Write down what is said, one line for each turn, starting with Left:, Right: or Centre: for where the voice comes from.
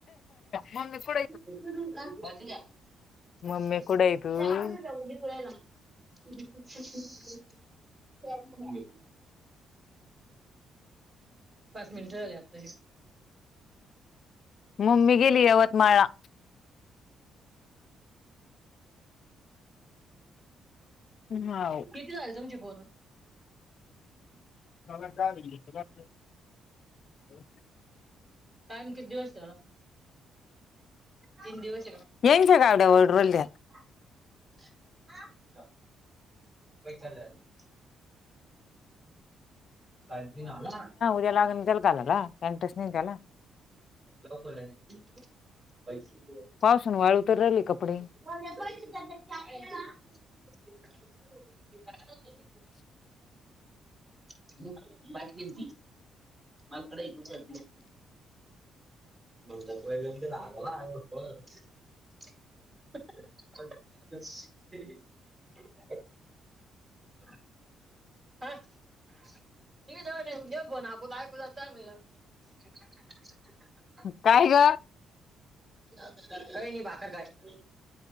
Left: मम्मी कुठ
Right: <inaudible>
Left: मम्मी कुठे आहे तू
Right: <inaudible> पाच मिनिट झाले आत्ताशी
Left: मम्मी गेली यवतमाळला हाव
Right: किती झाले तुमचे बोलून
Left: <inaudible>
Right: टाईम किती वाजता तीन दिवस आहे
Left: <unintelligible>
Right: का <inaudible> काय दिन आला
Left: एंटरेस्ट नाहीये त्याला
Right: <unintelligible>
Left: पावसान वाळू तर रहिले कपडे
Right: <inaudible>
Left: <unintelligible>
Right: <inaudible> <inaudible> <unintelligible> <unintelligible> <unintelligible> <inaudible>
Left: काय ग
Right: काय नाही भाकर खाय.